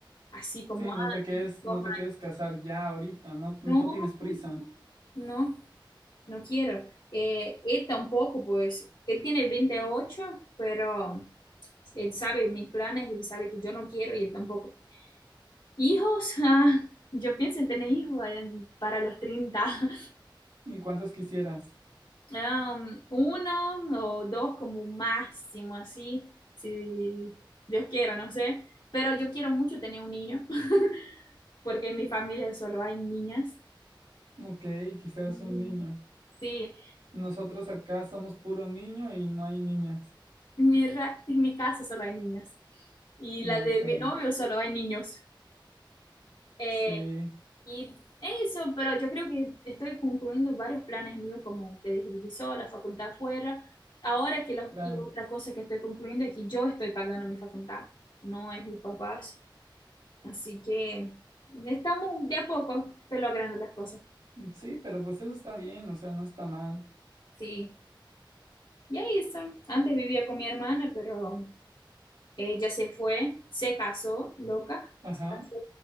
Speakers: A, on the left; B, on the right.
A: así como,
B: Sí, no
A: ah,
B: te quedes,
A: dos
B: no
A: años.
B: te quieres casar ya ahorita, no,
A: No,
B: no tienes prisa.
A: no, no. no. No quiero. Eh, él tampoco, pues, él tiene 28, pero él sabe mis planes y sabe que yo no quiero y él tampoco. Hijos, <laughs> ah, yo pienso en tener hijos eh, para los 30 <laughs>
B: ¿Ni cuántos quisieras?
A: Um, uno o dos como máximo, así, si Dios quiera, no sé. Pero yo quiero mucho tener un niño, <laughs> porque en mi familia solo hay niñas.
B: Ok, quisieras
A: Mm,
B: un niño.
A: Sí.
B: Nosotros acá somos puro niño y no hay niñas.
A: mi, ra- en mi casa solo hay niñas y
B: No,
A: la
B: acá
A: de mi
B: no.
A: novio solo hay niños. Eh,
B: Sí,
A: y eso, pero yo creo que estoy concluyendo varios planes míos, como te dije, Divisó, la facultad afuera. Ahora que los-
B: claro.
A: la otra cosa que estoy concluyendo es que yo estoy pagando mi facultad, no es mis papás. Así que estamos de a poco estoy logrando las cosas.
B: Sí, pero pues eso está bien, o sea, no está mal.
A: Sí, y ahí eso. Antes vivía con mi hermana, pero ella se fue, se casó, loca,
B: Ajá.
A: se casó,